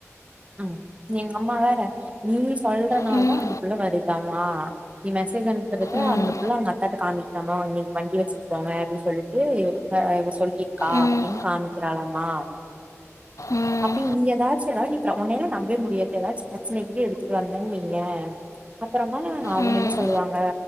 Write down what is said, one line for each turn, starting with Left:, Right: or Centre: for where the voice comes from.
Right: ம் எங்க அம்மா வேற நீ சொல்றனாலதா
Left: ம்
Right: அந்த பிள்ள வருதாம் தா <unintelligible> மெசேஜ் அனுப்பாத
Left: ம்
Right: அந்த பிள்ள அவுங்க அத் கத்தாட்ட காமிக்கினுமோ இன்னைக்கு வண்டி வச்சுப்போங்க அப்படின்னு சொல்லிட்டு ஆ இவ சொல்லியிருக்கா
Left: ம்
Right: ன் காமிக்கிறாளாமா
Left: ம்
Right: அப்படி நீங்க ஏதாச்சு ஏதாவது நீ இப்ப உன்னை எல்லா நம்பவே முடியாது ஏதாச்சு பிரச்சன கிது எடுத்துட்டு வந்தேன்னு வையே அப்புறமா அவுங்க
Left: ம்
Right: என்ன சொல்லுவாங்க